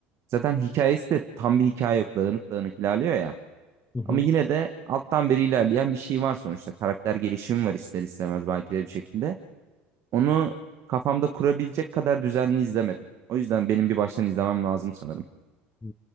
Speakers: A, on the right; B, on the left.
A: zaten hikayesi de tam bir hikaye yok. Dağınık dağınık ilerliyor ya.
B: Hı hı.
A: Ama yine de alttan beri ilerleyen bir şey var sonuçta. Karakter gelişimi var ister istemez belki de bir şekilde. Onu kafamda kurabilecek kadar düzenli izlemedim. O yüzden benim bir baştan izlemem lazım sanırım.
B: Hı.